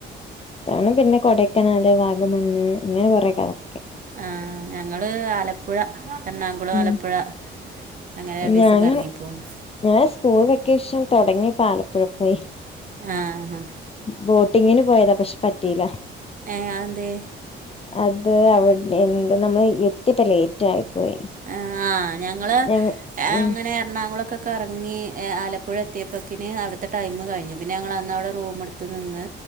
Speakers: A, on the left (about 30°); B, on the right (about 45°).
A: ഞാനും പിന്നെ കൊടക്കനാല് വാഗമണ്ണ് അങ്ങനെ കൊറെ കറാ-
B: ആഹ് ഞങ്ങള് ആലപ്പുഴ എർണാകുളം
A: ഉം
B: ആലപ്പുഴ. അങ്ങനെ രണ്ടിസം
A: ഞാന്
B: കറങ്ങിപ്പോന്ന്
A: ഞാൻ സ്കൂൾ വെക്കേഷൻ തുടങ്ങിപ്പ ആലപ്പുഴ പോയി
B: ആഹ് ആ
A: ബോട്ടിങ്ങിന് പോയതാ പക്ഷെ പറ്റിയില്ല
B: ഏ അതെന്തേ
A: അത് അവിടെ എന്താ നമ്മള് എത്തിപ്പല്ലേ റ്റായി പോയി
B: എ ആഹ് ഞങ്ങള്
A: ഞങ്ങ
B: എ
A: ഉം
B: അങ്ങനെ എർണാകുളൊക്കെ കർങ്ങി എ ആലപ്പുഴ എത്തിയപ്പഴക്കിന് അവിട്ത്തെ ടൈം കഴിഞ്ഞു പിന്നെ ഞങ്ങള. അന്ന് അവിടെ റൂമെടുത്ത് നിന്ന്